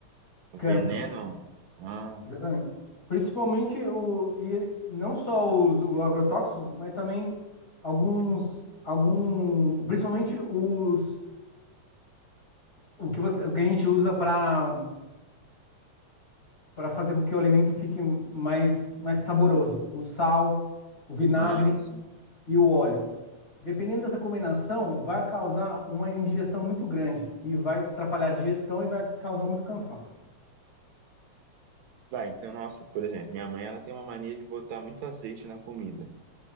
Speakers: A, on the right; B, on the left.
A: O
B: Cansa.
A: veneno. Ah,
B: Exatamente. Principalmente o, e ele- não só os, os agrotóxicos, mas também alguns, algum, principalmente os, o que você, o que a gente usa para para fazer com que o alimento fique mais, mais saboroso, o sal, o vinagre
A: ah, sim.
B: e o óleo. Dependendo dessa combinação, vai causar uma indigestão muito grande e vai atrapalhar a digestão e vai causar muito cansaço.
A: Vai, então, nossa, por exemplo, minha mãe ela tem uma mania de botar muito azeite na comida.